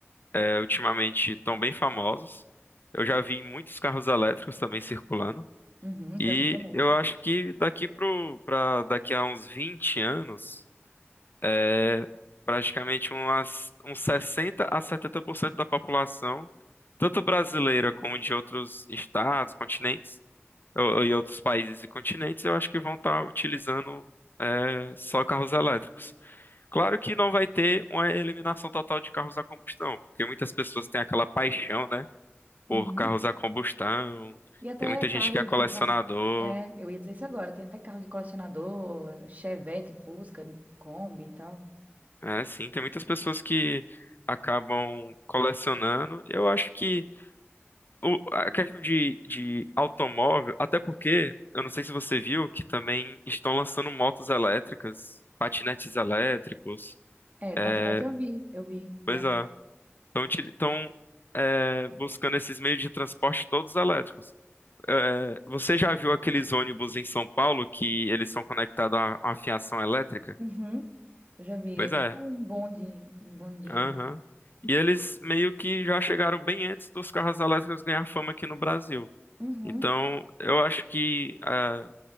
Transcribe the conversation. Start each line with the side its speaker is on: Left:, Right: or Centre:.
Left: é, ultimamente estão bem famosos. Eu já vi muitos carros elétricos também circulando.
Right: uhum,
Left: E
Right: já vi também.
Left: eu acho que daqui pro, pra, daqui a uns 20 anos, é, praticamente umas, uns 60 a 70% da população, tanto brasileira como de outros estados, continentes, ou- e outros países e continentes, eu acho que vão estar utilizando é, só carros elétricos. Claro que não vai ter uma eliminação total de carros a combustão, porque muitas pessoas têm aquela paixão, né, por
Right: Uhum.
Left: carros a combustão.
Right: E até
Left: Tem muita
Right: carros
Left: gente que é colecionador.
Right: de. co- É, eu ia dizer isso agora. Tem até carro de colecionador, Chevette, Fusca, Kombi e tal.
Left: É, sim, tem muitas pessoas que acabam colecionando. Eu acho que o- a questão de, de automóvel, até porque, eu não sei se você viu, que também estão lançando motos elétricas, patinetes elétricos.
Right: É, patinete
Left: é,
Right: eu vi, eu vi.
Left: Pois
Right: É.
Left: é, estão buscando esses meios de transporte todos elétricos. é, você já viu aqueles ônibus em São Paulo que eles são conectados a a uma fiação elétrica?
Right: Uhum. Eu já vi.
Left: Pois
Right: É tipo
Left: é.
Right: um bonde, um bondinho.
Left: Aham. E eles meio que já chegaram bem antes dos carros elétricos ganhar fama aqui no Brasil.
Right: Uhum,
Left: Então, eu acho que ah,